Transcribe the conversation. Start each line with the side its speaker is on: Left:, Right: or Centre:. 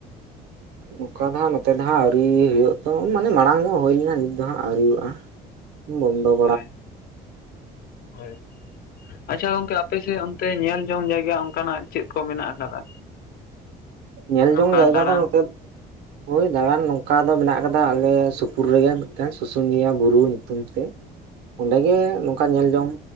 Right: ᱱᱚᱝᱠᱟ ᱫᱚ ᱦᱟᱸᱟᱜ ᱱᱚᱛᱮ ᱫᱚ ᱦᱟᱸᱟᱜ ᱟᱹᱣᱨᱤ ᱦᱩᱭᱩᱜᱼᱟ ᱛᱚ ᱢᱟᱱᱮ ᱢᱟᱲᱟᱝ ᱧᱚᱜ ᱦᱩᱭ ᱞᱮᱱᱟ ᱱᱤᱛ ᱫᱚ ᱦᱟᱸᱜ ᱟᱹᱣᱨᱤ ᱦᱩᱭᱩᱜᱼᱟ᱾ <unintelligible> <unintelligible>
Left: ᱦᱳᱭ, ᱦᱳᱭ ᱟᱪᱪᱷᱟ ᱜᱚᱝᱠᱮ ᱟᱯᱮ ᱥᱮᱫ ᱚᱱᱛ ᱛᱮ ᱧᱮᱞ ᱡᱚᱝ ᱡᱟᱭᱜᱟ ᱚᱱᱠᱟᱱᱟᱜ ᱪᱮᱫ ᱠᱚ ᱢᱮᱱᱟᱜ ᱟᱠᱟᱫᱟ
Right: ᱧᱮᱞ
Left: ᱱᱚᱝᱠᱟ
Right: ᱡᱚᱝ ᱡᱟᱭᱜᱟ
Left: ᱫᱟᱬᱟᱱ
Right: ᱫᱚ ᱱᱚᱛᱮ ᱦᱳᱭ ᱫᱟᱬᱟᱱ ᱱᱚᱝᱠᱟ ᱫᱚ ᱢᱮᱱᱟᱜ ᱟᱠᱟᱫᱟ ᱟᱞᱮ ᱥᱩᱯᱩᱨ ᱨᱮᱜᱮ ᱢᱤᱫᱴᱮᱱ ᱥᱩᱥᱩᱱᱤᱭᱟᱹ ᱵᱩᱨᱩ ᱧᱩᱛᱩᱢ ᱛᱮ ᱚᱸᱰᱮᱜᱮ ᱱᱚᱝᱠᱟ ᱧᱮᱞ ᱡᱚᱝ